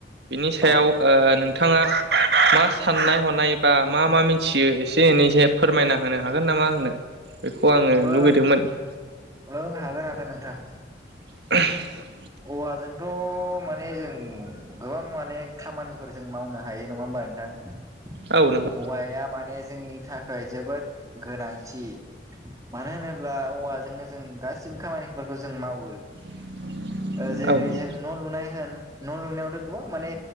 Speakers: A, on the right; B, on the right.
A: बिनि सायाव
B: औ
A: ओ नोंथाङा मा साननाय हनाय बा मा मा मिथियो एसे एनैसो फोरमायना होनो हागोन नामा आंनो? बेखौ आङो
B: ओं
A: लुगैदोंमोन
B: ओं हागोन हागोन नोंथां।
A: <unintelligible>
B: औवाजोंथ' माने जों गोबां माने खामानिफोर जों मावनो हायो नङा होमबा नोंथां।
A: औ नोंगौ
B: औवाया माने जोंनि था खाय जोबोद गोनांथि मानो होनोब्ला औवाजोंनो जों गासिबो खामानिफोर खौ जों मावो।
A: <inaudible>
B: ओ जेरै
A: औ
B: जों न' लुनाय होन न' लुनायावथ' गोबां माने